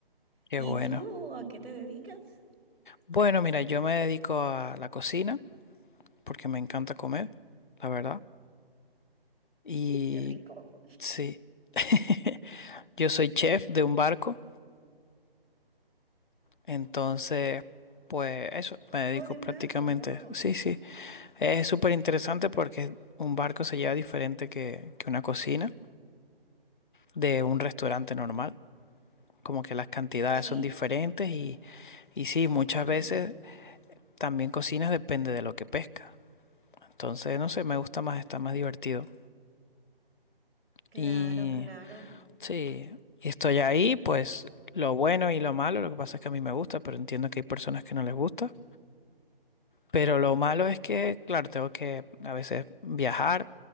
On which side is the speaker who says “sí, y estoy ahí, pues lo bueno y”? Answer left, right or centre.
Left